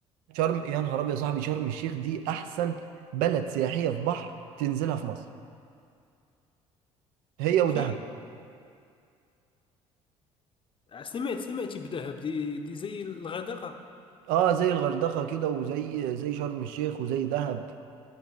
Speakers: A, on the right (about 80°); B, on the left (about 35°).
A: شرم يا نهار ابيض يا صاحبي شرم الشيخ دي احسن بلد سياحيه في بحر تنزلها في مصر هي ودهب
B: في ايه سمعت سمعتي بدهب دي دي زي الغردقه
A: اه زي الغردقه كده وزي زي شرم الشيخ وزي دهب